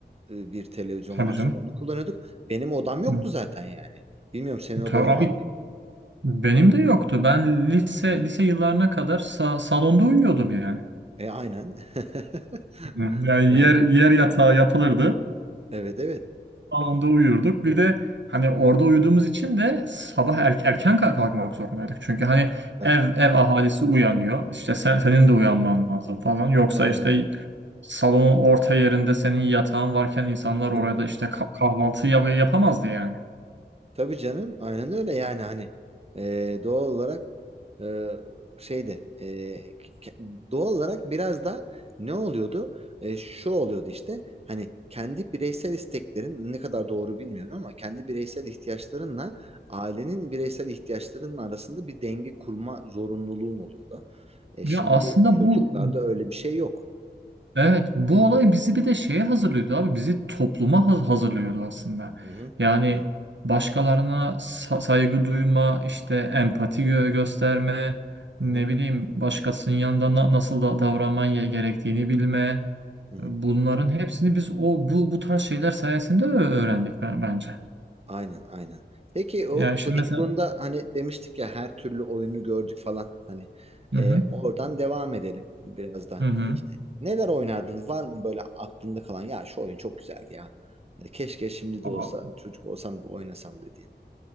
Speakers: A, on the right; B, on the right.
A: e, bir televizyon
B: tabii
A: varsa
B: canım.
A: onu kullanıyorduk. Benim odam yoktu
B: Hı.
A: zaten yani. Bilmiyorum senin odan
B: Tabii
A: var
B: benim de yoktu. Ben lise
A: mı?
B: lise yıllarına kadar sa- salonda uyuyordum yani.
A: E aynen. <laughs>
B: Hı, Yani
A: Yani
B: yer yer yatağı yapılırdı.
A: evet evet.
B: anında uyuyorduk. Bir de hani orada
A: Hı-hı.
B: uyuduğumuz için de sabah er- erken kalk- kalkmak zorundaydık. Çünkü hani
A: Tabii.
B: ev ev ahalisi uyanıyor. İşte sen, senin
A: Hı-hı.
B: de uyanman lazım falan. Yoksa
A: Aynen.
B: işte salonun orta yerinde senin yatağın varken insanlar
A: Hı-hı.
B: orada işte kah- kahvaltı yap yapamazdı yani.
A: Tabii canım aynen öyle yani hani e, doğal olarak e, şeyde e, ke- doğal olarak biraz da ne oluyordu? E, şu oluyordu işte hani kendi bireysel isteklerin ne kadar doğru bilmiyorum ama kendi bireysel ihtiyaçlarınla ailenin bireysel ihtiyaçlarının arasında bir denge kurma zorunluluğun oluyordu. E, şimdi
B: Ya aslında
A: çocuklarda
B: bu
A: öyle bir şey yok.
B: Evet, bu olay bizi bir de şeye hazırlıyordu abi. Bizi topluma haz- hazırlıyordu aslında.
A: Hı hı.
B: Yani
A: Evet.
B: başkalarına sa- saygı duyma, işte empati gö- gösterme,
A: Hı
B: ne
A: hı.
B: bileyim başkasının yanında na- nasıl da davranman ye- gerektiğini bilme.
A: Hı hı.
B: Bunların hepsini biz o bu bu tarz şeyler sayesinde ö- öğrendik ben- bence.
A: Aynen, aynen. Peki o
B: Yani
A: çocukluğunda
B: şimdi mesela
A: hani demiştik ya her türlü oyunu gördük falan. Hani
B: hı
A: e,
B: hı
A: oradan devam edelim biraz da.
B: hı
A: Neler oynardınız? Var mı böyle aklında kalan ya şu oyun çok güzeldi ya. Hani keşke şimdi
B: hı.
A: de olsa çocuk olsam da oynasam dediğin.